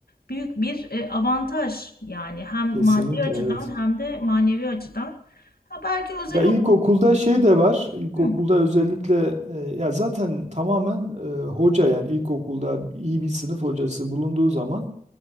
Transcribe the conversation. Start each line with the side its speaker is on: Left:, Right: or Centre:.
Left: büyük bir e, avantaj yani hem
Right: Kesinlikle
Left: maddi açıdan
Right: evet.
Left: hem de manevi açıdan. Ha belki özel
Right: Ya ilkokulda
Left: okul.
Right: şey de var. İlkokulda
Left: Hı,
Right: özellikle e, ya zaten tamamen e, hoca yani ilkokulda iyi bir sınıf hocası bulunduğu zaman